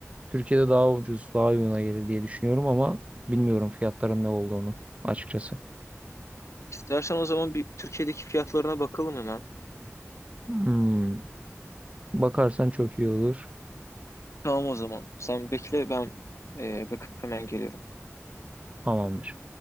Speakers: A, on the right (about 25°); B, on the left (about 70°).
A: Türkiye'de daha ucuz daha uyguna gelir diye düşünüyorum ama bilmiyorum fiyatların ne olduğunu açıkçası.
B: İstersen o zaman bir Türkiye'deki fiyatlarına bakalım hemen.
A: Hmm. Bakarsan çok iyi olur.
B: Tamam o zaman. Sen bekle ben e, bakıp hemen geliyorum.
A: Tamamdır.